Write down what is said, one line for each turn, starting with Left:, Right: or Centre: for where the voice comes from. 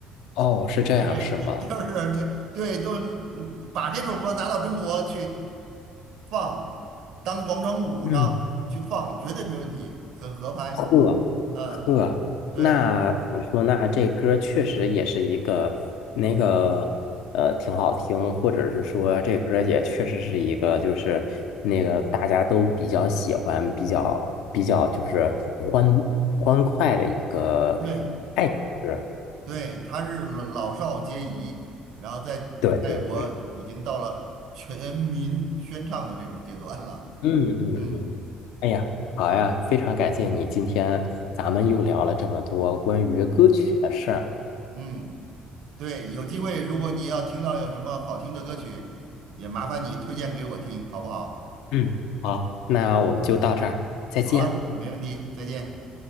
Left: 哦，是这样，
Right: 对，
Left: 是吗？
Right: <laughs> 就是这，对，都嗯把这首歌拿到中国去放，当广场舞上去放，
Left: 嗯。
Right: 绝对没问题，很合拍。
Left: 呵呵，
Right: 嗯，对，
Left: 那怎么说呢？这歌确实也是一个那个呃，挺好听，或者是说这歌也确实是一个，就是那个大家都比较喜欢、比较比较就是欢欢快的一个
Right: 对，
Left: 爱情歌。
Right: 对，他是老老少皆宜，然后在泰国已经到了全民宣唱的这种阶段了。
Left: 对对对，嗯嗯嗯，
Right: 嗯
Left: 哎呀，好呀，非常感谢你，今天咱们又聊了这么多关于歌曲的事儿。
Right: 嗯。对，有机会如果你要听到有什么好听的歌曲，也麻烦你推荐给我听，好不好？
Left: 嗯，好，那我们就到这儿，再见。
Right: 好了，没问题，再见。